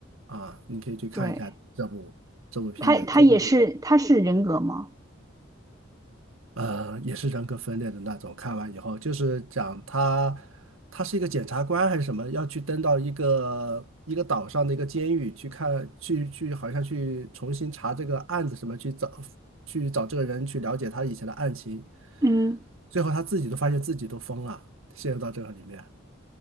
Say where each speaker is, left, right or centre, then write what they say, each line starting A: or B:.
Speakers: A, on the right (about 75°); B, on the right (about 15°).
A: 啊，你可以去看一下这部这部片子，
B: 对，它它也是它是人格吗？
A: 真的是呃，也是人格分裂的那种。看完以后，就是讲他他是一个检察官还是什么，要去登到一个一个岛上的一个监狱去看，去去好像去重新查这个案子什么，去找去找这个人去了解他以前的案情，
B: 嗯，
A: 最后他自己都发现自己都疯了，陷入到这个里面。